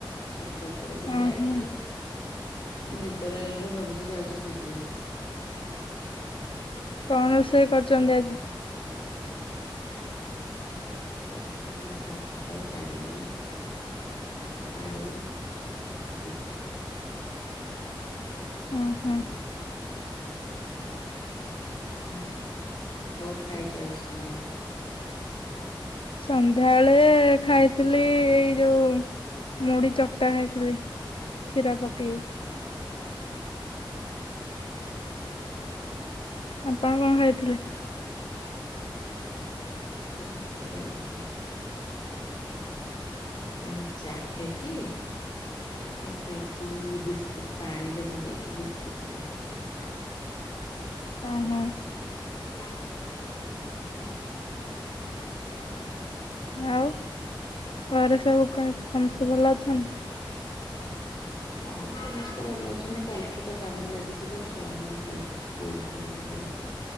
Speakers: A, on the left; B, on the left.
A: ଛାତ ଉପରକୁ ଟିକେ
B: ଓହୋ
A: ଆଇଥିଲୁ। ଏ ନିଦ ଲାଗିଲାରୁ ଭାବୁଛି ଯାଉଛି ଯିବି ହାରି।
B: କଣ ରୋଷେଇ କରିଚନ୍ତି ଆଜି?
A: କରିଥିଲୁ ଭାତ ଡାଲି ଆଳୁ ସିଜା।
B: ହୁଁ ହୁଁ।
A: ଆଉ କଣ ଖାଇଛୁ ଆଜି ସନ୍ଧ୍ୟାବେଳେ କୁ।
B: ସନ୍ଧ୍ୟାବେଳେ ଖାଇଥିଲି ଏଇ ଯୋଉ ମୁଢ଼ି ଚକଟା ଖାଇଥିଲି କ୍ଷୀର ପକେଇ ଆପଣ କଣ ଖାଇଥିଲେ?
A: ମୁଁ ଖାଇଥିନି ଟିକେ ଏଇନେ ଚାଟ ଖାଇଥିଲି। ଆଉ ଖାଇଥିଲି ବିସ୍କୁଟ ପାଣିରେ ମଡେଇକି ବିସ୍କୁଟ ଟିକେ ଖାଇଥିଲି।
B: ଓ ହଁ।
A: ହ <inaudible>
B: ଆଉ। ଘରେ ସବୁ ସମସ୍ତେ ଭଲ ଅଛନ୍ତି?
A: ହଁ ସମସ୍ତେ ଭଲ ଅଛନ୍ତି କାଲି ଠୁ ତ କାମ ଲାଗିଯିବ ଛୁଆଙ୍କର କାଲିଠୁ ସ୍କୁଲ ଖୋଲିଯିବ।